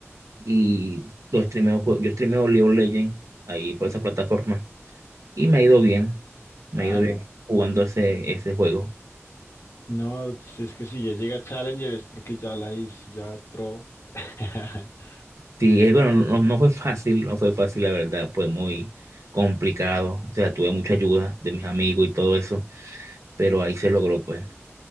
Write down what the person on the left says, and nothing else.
Ah,
Tal.
No, si es que si ya llega Challenger es porque ya la hizo, ya es pro. <laughs>